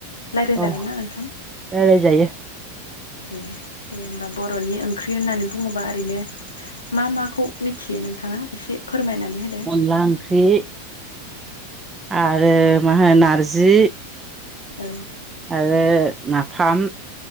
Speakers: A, on the left (about 70°); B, on the right (about 15°).
A: रायज्लायजागोन
B: औ
A: ना नोंथां?
B: रायलायजायो
A: ए दे होनोमबा बर'नि ओंख्रि होननानै बुङोबा ओरैनो मा माखौ मिथियो नोंथाङा एसे फोरमायनानै होदो।
B: अनला ओंख्रि आरो मा होनो नारजि।
A: औ
B: आरो नाफाम